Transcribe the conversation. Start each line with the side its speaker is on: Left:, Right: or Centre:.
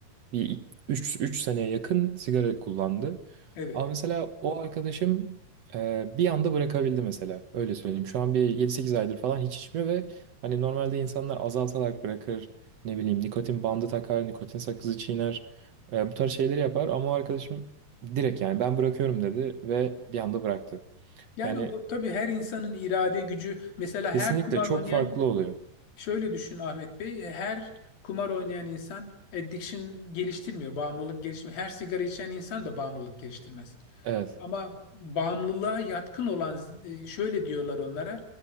Right: bir üç üç seneye yakın sigara kullandı.
Left: Evet.
Right: Ama mesela o arkadaşım e, bir anda bırakabildi mesela. Öyle söyleyeyim. Şu an bir yedi sekiz aydır falan hiç içmiyor ve hani normalde insanlar azaltarak bırakır. Ne bileyim nikotin bandı takar, nikotin sakızı çiğner. e, bu tarz şeyleri yapar ama o arkadaşım direkt yani ben bırakıyorum dedi ve bir anda bıraktı.
Left: Yani
Right: Yani
Left: o, tabii her insanın irade gücü mesela
Right: kesinlikle
Left: her kumar
Right: çok
Left: oynayan
Right: farklı oluyor.
Left: şöyle düşün Ahmet Bey e, her kumar oynayan insan addiction geliştirmiyor, bağımlılık geliştirmiyor. Her sigara içen insan da bağımlılık geliştirmez.
Right: Evet.
Left: Ama bağımlılığa yatkın olan e, şöyle diyorlar onlara